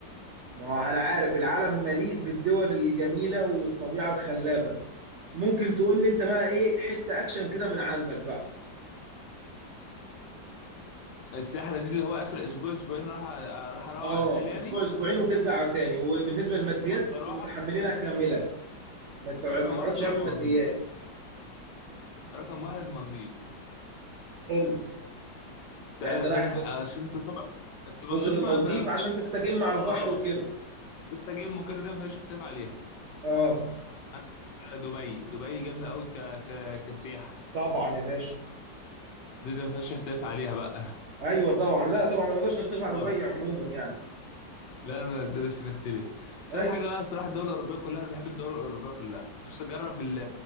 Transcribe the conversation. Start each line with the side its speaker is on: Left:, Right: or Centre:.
Right: ما هو انا عارف العالم مليء بالدول الجميله والطبيعه الخلابه ممكن تقول لي انت بقى ايه حته اكشن كده من عندك بقى
Left: السياحه دي اللي هو اخر اسبوع اسبوعين راح راح اروح
Right: اه
Left: على حالي
Right: اسبوع
Left: يعني
Right: اسبوعين وترجع تاني وبالنسبه للماديات
Left: والصراحه
Right: متحملينها كامله ما تع-
Left: رقم
Right: ما تقعدش
Left: واحد تبقى
Right: هم
Left: المالديف
Right: ماديات
Left: رقم واحد المالديف
Right: حلو
Left: تا-
Right: يعني انت رايح
Left: تاني ح- عشان طبعا المالديف
Right: جزر المالديف
Left: ما ف- ما فيهاش
Right: عشان
Left: اخت-
Right: تستجم على
Left: اه
Right: البحر وكده
Left: اه بس اجيب مكرر دي ما فيهاش اختلاف عليها
Right: اه
Left: عندك دبي دبي جامده قوي ك... ك... كسياحه
Right: طبعا يا باشا
Left: دي دي ما فيهاش اختلاف عليها بقى
Right: ايوه طبعا لا طبعا ما نقدرش
Left: <laughs>
Right: نختلف على دبي عموما يعني
Left: لا ما نقدرش نختلف تالت
Right: ايوه
Left: حاجه بقى الصراحه الدول الاوروبيه كلها انا بحب الدول الاوروبيه كلها نفسي اجرب ال-